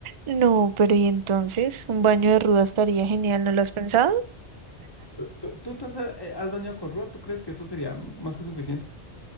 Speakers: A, on the right; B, on the left.
A: No, pero y entonces, un baño de ruda estaría genial, ¿no lo has pensado?
B: ¿Tú, tú te has, eh, has bañado con ruda? ¿Tú crees que eso sería más que suficiente?